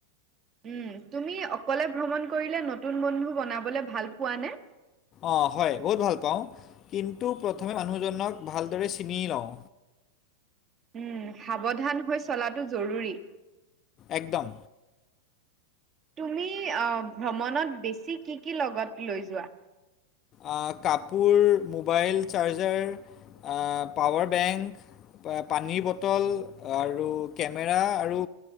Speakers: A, on the right (about 30°); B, on the left (about 35°).
A: উম, তুমি অকলে ভ্ৰমণ কৰিলে নতুন বন্ধু বনাবলে ভাল পোৱা নে?
B: অ, হয় বহুত ভাল পাওঁ কিন্তু প্ৰথমে মানুহজনক ভালদৰে চিনি লওঁ।
A: উম, সাৱধান হৈ চলাটো জৰুৰী।
B: একদম।
A: তুমি আহ ভ্ৰমণত বেছি কি-কি লগত লৈ যোৱা?
B: আ কাপোৰ মোবাইল চাৰ্জাৰ আ, পাৱাৰ বেংক। পা পানীৰ বটল আৰু কেমেৰা আৰু